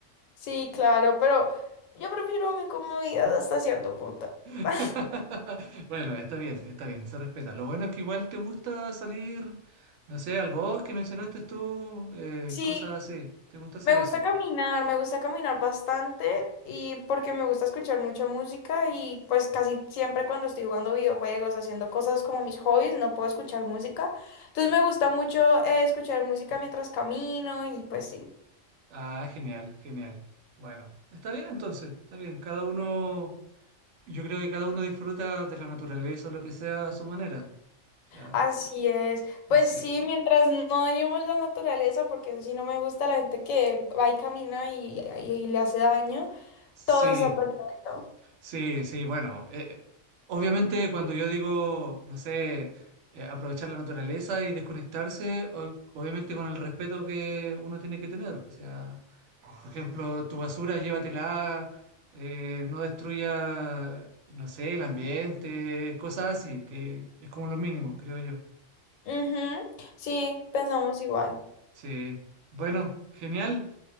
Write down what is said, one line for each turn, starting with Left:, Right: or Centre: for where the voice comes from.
Left: sí, claro, pero yo prefiero mi comodidad hasta cierto punto.
Right: <laughs>
Left: <laughs>
Right: Bueno, está bien, está bien, se respeta. Lo bueno es que igual te gusta salir, no sé, al bosque, mencionaste tú, eh,
Left: Sí.
Right: cosas así. ¿Te gusta hacer
Left: Me gusta
Right: eso?
Left: caminar, me gusta caminar bastante y porque me gusta escuchar mucha música y pues casi siempre cuando estoy jugando videojuegos, haciendo cosas como mis hobbies, no puedo escuchar música. Entonces me gusta mucho eh, escuchar música mientras camino y pues sí,
Right: Ah, genial, genial. Bueno, está bien entonces, está bien. Cada uno, yo creo que cada uno disfruta de la naturaleza o lo que sea a su manera. O sea,
Left: así es. Pues
Right: sí.
Left: sí, mientras no dañemos la naturaleza, porque eso sí no me gusta la gente que va y camina y, y- y le hace daño,
Right: Sí,
Left: todo está perfecto.
Right: Sí, sí, bueno, eh, obviamente cuando yo digo, no sé, eh, aprovechar la naturaleza y desconectarse, o- obviamente con el respeto que uno tiene que tener. O sea, por ejemplo, tu basura llévatela, eh, no destruya, no sé, el ambiente, cosas así, que es como lo mínimo, creo yo.
Left: Ujú, Sí, pensamos igual.
Right: Sí, bueno, genial.